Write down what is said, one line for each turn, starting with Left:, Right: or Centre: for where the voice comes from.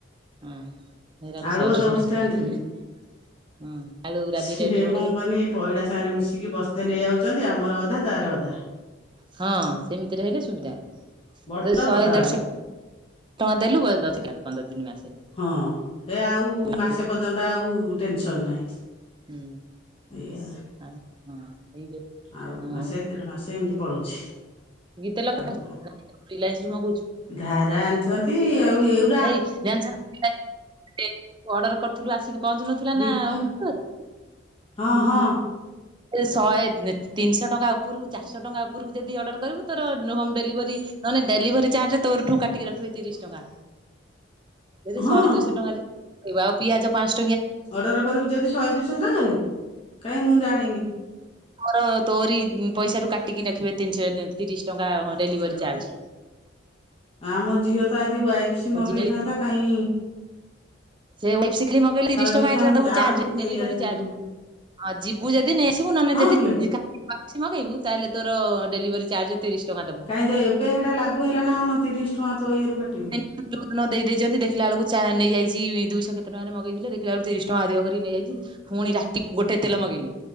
Right: ହୁଁ, ହେଇରାକ
Left: ଆଳୁ
Right: ସରୁନି,
Left: ଅଧ ବସ୍ତେ ଆଣିଥିଲେ।
Right: ହିଁ ହିଁ ହିଁ। ହୁଁ, ଆଳୁ ଗୁରା
Left: ସିଏ
Right: ବି ରେଟ୍ ବ
Left: କଣ କନି, ଏଇ ପଇଡ଼ା ସାଙ୍ଗରେ ମିଶିକି ବ ସ୍ତେ ନେଇଆଉଚନ୍ତି, ଆମର ଅଧା ତାର ଅଧା।
Right: ହଁ ସେମିତିରେ ହେଲେ ସୁବିଧା,
Left: ବଡ
Right: ଯୋଉ ଶହେ
Left: ବଡ
Right: ଦେଢଶହ
Left: ଆଳୁ
Right: ଟଙ୍କା ଦେଲୁ <unintelligible> ପନ୍ଦର ଦିନି ମାସେ
Left: ହଁ, ଏ ଆଉ
Right: ହୁଁ
Left: ମାସେ ପର୍ଯ୍ୟନ୍ତ ଆଉ ଟେନସନ୍ ନାହିଁ।
Right: ହୁଁ,
Left: ଏଇଆ
Right: ହଁ ହଁ, ଏଇ ଯୋଉ
Left: ଆଉ
Right: ହଁ
Left: ମାସେ, ଦେଢ ମାସେ ଏମିତି ପଳଉଛି।
Right: କି ତେଲ
Left: ଆଉ
Right: ଖାଉଚୁ?
Left: କଣ।
Right: ନା ରିଲାନ୍ସରୁୁ ମଗଉଚୁ।
Left: ଧାରା ଆଣିଚନ୍ତି ଆଉ ଏଉ
Right: ଏଇ ଜାଣିଚୁନା <unintelligible> ଅଡ଼ର୍ର କରିଥିଲୁ ଆସିକି ପହଞ୍ଚୁ ନଥିଲା
Left: ରିଫା
Right: ନା ଆ <unintelligible>
Left: ହଁ ହଁ।
Right: ଶହେ ତିନିଶହ ଟଙ୍କା ଉପରକୁ ଚାରିଶହ ଟଙ୍କା ଉପରକୁ ଯଦି ଅର୍ଡ଼ର କରିବୁ, ତୋର ହୋମ୍ ଡେଲିଭରି ନହେନେ ଡେଲିଭରି ଚାର୍ଜ ତୋରିଠୁ କାଟିକି ରଖିବେ ତିରିଶ ଟଙ୍କା। ଯଦି
Left: ହଁ
Right: ଶହେ ଦୁଇଶହ ଟଙ୍କାରେ ଯିବ, ଆଉ ପିଆଜ ପାଞ୍ଚ ଟ
Left: ଅର୍ଡ଼ର କରିବୁ ଯଦି ଶହେ ଦୁଇଶହ ଟଙ୍କାରେ, କାହିଁ ମୁଁ ଜାଣିନି?
Right: ମୋର ତୋରି ପଇସା ରୁ କାଟିକି ରଖିବେ ତିନିଶ ତିରିଶ ଟଙ୍କା ଡେଲିଭରି ଚାର୍ଜ।
Left: ଆମ ଝିଅ ତ ଆଜି ୱାଇଫସ୍ ମଗେଇଥାନ୍ତା
Right: ହଉଛି ଡେଲି
Left: କାଇଁ
Right: <unintelligible> ମଗେଇଲେ ତିରିଶି ଟଙ୍କା
Left: ଦେଖିବା
Right: ଏକଷ୍ଟ୍ରା
Left: ଆମେ
Right: ଦବୁ
Left: ଯାଆନ୍ତୁ
Right: ଚାର୍ଜ,
Left: କି ନେଇ
Right: ଡେଲିଭରି
Left: ଆସନ୍ତୁ
Right: ଚାର୍ଜ।
Left: ନ
Right: ଆଉ ଯିବୁ ଯଦି ନେଇ ଆସିବୁ, ନହେଲେ
Left: ହଁ
Right: ଯଦି
Left: କିଲୋ
Right: କା ଅଛି ମଗେଇବୁ, ତାହେଲେ ତୋର ଡେଲିଭରି ଚାର୍ଜ ତିରିଶ ଟଙ୍କା ଦବୁ।
Left: କାହିଁକ ତ ଏବେ ସେଟା ଲାଗୁ ହେଲା ନା କଣ, ତିରିଶ ଟଙ୍କା ତୋ ଇଏ ରୁ କାଟିବେ?
Right: ଯୋଉଦିନ ଦେଇଦେଇଚନ୍ତି, ଦେଖିଲା ବେଳକୁ ଚା ନେଇଯାଇ ଦିଇଶହ କେତେ ଟଙ୍କାରେ ମଗେଇଥିଲେ, ଦେଖିଲା ଆ ତିରିଶ ଟଙ୍କା ଅଧିକ କରିିକି ନେଇଯାଇଚି, ପୁଣି ରାତି କି ଗୋଟେ ତେଲ ମଗେଇଲେ